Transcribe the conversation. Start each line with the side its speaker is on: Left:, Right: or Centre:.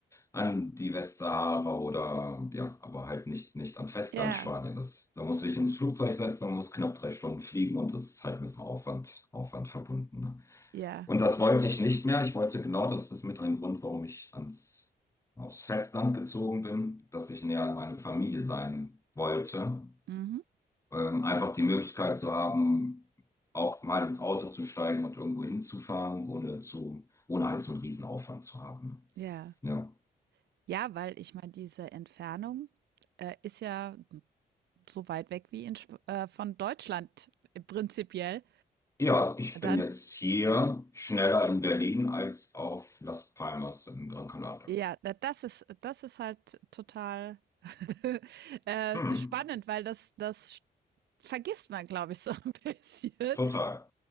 Left: an die Westsahara oder, ja, aber halt nicht, nicht am Festland
Right: Ja,
Left: Spanien. Das, da musst du dich ins Flugzeug setzen und musst knapp drei Stunden fliegen und das ist halt mit einem Aufwand, Aufwand verbunden. Ne?
Right: ja.
Left: Und das wollte ich nicht mehr. Ich wollte genau, das ist mit ein Grund, warum ich ans, aufs Festland gezogen bin, dass ich näher an meine Familie sein wollte.
Right: Mhm.
Left: Ähm, einfach die Möglichkeit zu haben, auch mal ins Auto zu steigen und irgendwo hinzufahren, ohne zu, ohne halt so einen riesen Aufwand zu haben.
Right: Ja.
Left: Ja.
Right: Ja, weil ich meine, diese Entfernung, äh, ist ja so weit weg wie in Sp äh, von Deutschland äh, prinzipiell.
Left: Ja, ich
Right: Dann,
Left: bin jetzt hier schneller in Berlin als auf Las Palmas in Gran Canaria.
Right: ja, da- das ist, das ist halt total <laughs> äh,
Left: Hm,
Right: spannend, weil das, das vergisst man, glaube ich, so ein <laughs> bisschen.
Left: total.